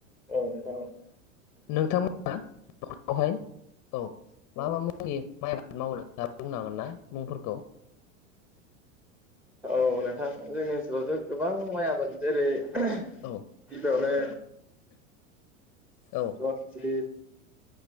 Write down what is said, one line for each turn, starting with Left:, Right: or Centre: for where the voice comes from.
Centre: औ नोंथां औ
Left: नोंथांमोना नवावहाय ओ औ मा मा मुंनि माइ आबाद मावनो बुंनांगोन ना मुंफोरखौ
Centre: औ नोंथां जोंनि ओनसोलावथ' गोबां माइ आबाद जेरै गिबियावनो
Left: औ औ
Centre: <unintelligible>